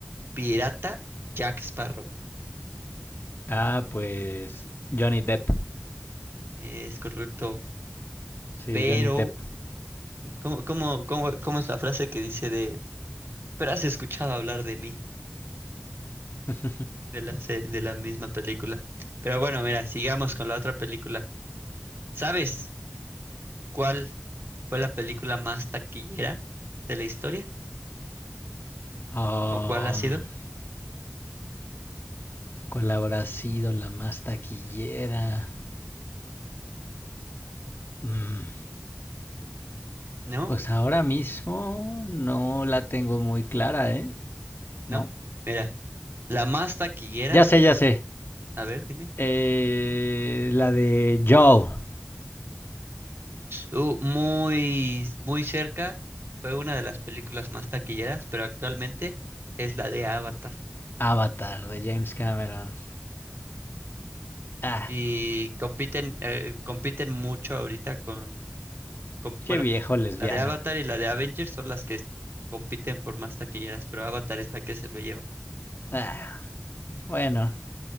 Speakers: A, on the right; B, on the left.
A: pirata Jack Sparrow?
B: Ah, pues Johnny Depp.
A: Es correcto,
B: Sí,
A: pero
B: Johnny Depp.
A: ¿Cómo, cómo, cómo, cómo es la frase que dice de, pero has escuchado hablar de mí,
B: <laughs>
A: de la, se- de la misma película? Pero bueno, mira, sigamos con la otra película. ¿Sabes cuál fue la película más taquillera de la historia?
B: Um,
A: ¿O cuál ha sido?
B: ¿Cuál habrá sido la más taquillera? Mm,
A: No,
B: pues ahora mismo no la tengo muy clara, ¿eh?
A: no.
B: No.
A: Mira, la más taquillera,
B: Ya sé, ya sé.
A: a ver, dime.
B: Eh, la de Joe,
A: Uh, muy, muy cerca, fue una de las películas más taquilleras, pero actualmente es la de Avatar.
B: Avatar de James Cameron. Ah,
A: Y compiten, eh, compiten mucho ahorita con com-
B: qué
A: bueno,
B: viejo lesbiano.
A: la de Avatar y la de Avengers son las que compiten por más taquilleras, pero Avatar es la que se lo lleva.
B: Ah. Bueno,